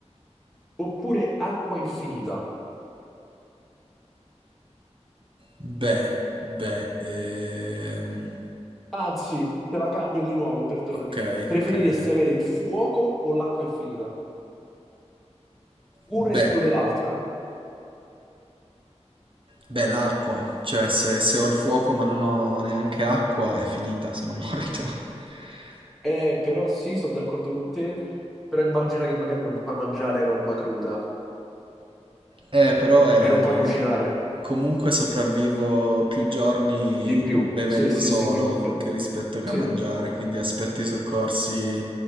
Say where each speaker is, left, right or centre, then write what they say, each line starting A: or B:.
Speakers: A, in the centre; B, on the right.
A: oppure acqua infinita?
B: Beh, beh, ehm,
A: Anzi, te la cambio di nuovo, perdonami.
B: ok,
A: Preferiresti
B: ok, ok.
A: avere il fuoco o l'acqua infinita?
B: Beh.
A: Una esclude l'altra?
B: Beh, l'acqua, cioè se, se ho il fuoco ma non ho neanche acqua è finita, sono morto. <laughs>
A: Eh, Eh, però sì, sono d'accordo con te, però immagina che magari non puoi mangiare roba cruda
B: Eh, però è...
A: e non puoi cucinare
B: comunque sopravvivo più giorni
A: di più.
B: bevendo
A: Sì, sì,
B: solo
A: sì, ti confermo.
B: che rispetto che
A: Sì,
B: a mangiare, quindi aspetto i soccorsi